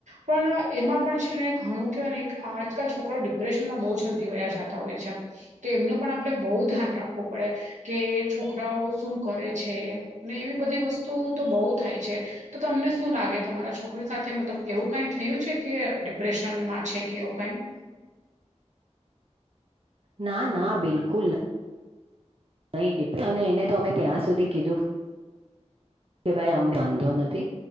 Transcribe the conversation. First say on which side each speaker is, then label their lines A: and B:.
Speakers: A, on the right; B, on the right.
A: પણ એમાં પણ છે ને ઘણું કેહેવાય ને આજકાલ છોકરાઓ ડિપ્રેશનમાં બહુ જલ્દી વયા જતા હોય છે તો એમનું પણ આપણે બહુ ધ્યાન રાખવું પડે કે છોકરાઓ શું કરે છે ને એવી બધી વસ્તુ તો બહુ થાય છે તો તમને શું લાગે તમારા છોકરા કોઈ સાથે મતલબ એવું કંઈ થયું છે કે ડિપ્રેશનમાં છે કે એવું કંઈક
B: ના ના બિલકુલ નઈ નહીં ડિપ્રે અને એને તો અમે ત્યાં સુધી કીધું કે ભાઈ અમને વાંધો નથી